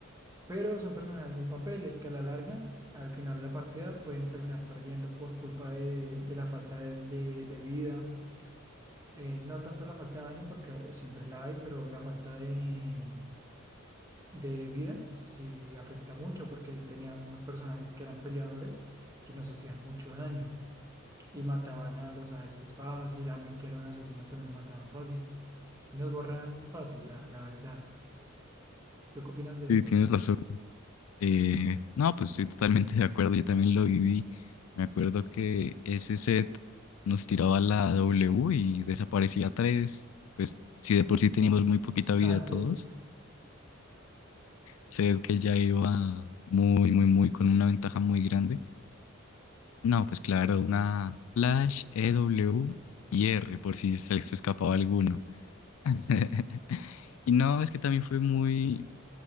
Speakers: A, on the right (about 15°); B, on the left (about 85°).
A: Pero son personajes muy papeles que a la larga, al final de la partida, pueden terminar perdiendo por culpa de, de la falta de, de- de vida. Eh, no tanto la falta de daño, porque siempre la hay, pero la falta de, de vida sí afecta mucho, porque teníamos personajes que eran peleadores que nos hacían mucho daño y mataban a los ADCs fácil, a mí que era un asesino también mataban fácil. Nos borraban muy fácil, la, la verdad. ¿Tú qué opinas de
B: Sí,
A: eso?
B: tienes
A: <laughs>
B: razón. Eh, no, pues estoy totalmente de acuerdo, yo también lo viví. Me acuerdo que ese set nos tiraba la W y desaparecía tres. Pues si de por sí teníamos muy poquita vida
A: Ah, sí.
B: todos, set que ya iba muy, muy, muy con una ventaja muy grande. No, pues claro, una Flash, E W y R por si se les escapaba alguno. <laughs> Y no, es que también fue muy,